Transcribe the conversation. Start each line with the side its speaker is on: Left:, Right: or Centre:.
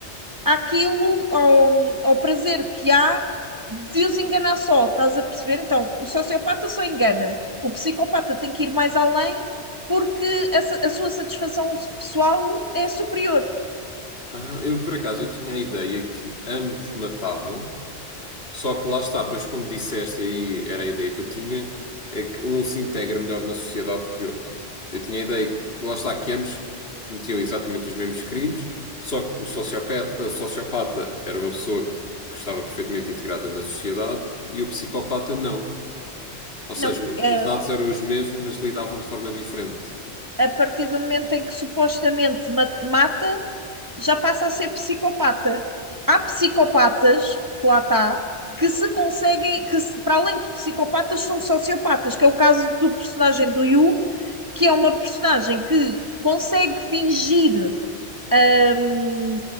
Right: àquilo, ao, ao prazer que há de os enganar só, estás a perceber? Então, o sociopata só engana, o psicopata tem que ir mais além porque a, sa- a sua satisfação pessoal é superior.
Left: Ah, eu por acaso eu tinha a ideia que ambos matavam, só que lá está, pois como disseste aí, era a ideia que eu tinha, é que um se integra melhor na sociedade que o outro. Eu tinha a ideia, que, lá está, que ambos cometiam exatamente os mesmos crimes, só que o sociopata, o sociopata era uma pessoa que estava perfeitamente integrada na sociedade e o psicopata não. Ou seja,
Right: Não, é,
Left: os dados eram os mesmos, mas lidavam de forma diferente.
Right: a partir do momento em que supostamente ma- mata, já passa a ser psicopata. Há psicopatas, que lá está, que se conseguem, que se- para além de psicopatas, são sociopatas, que é o caso do personagem do Yu, que é uma personagem que consegue fingir Ahm,